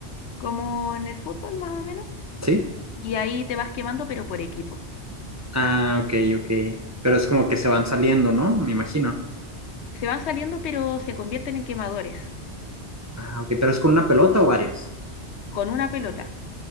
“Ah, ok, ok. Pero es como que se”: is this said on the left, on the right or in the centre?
Right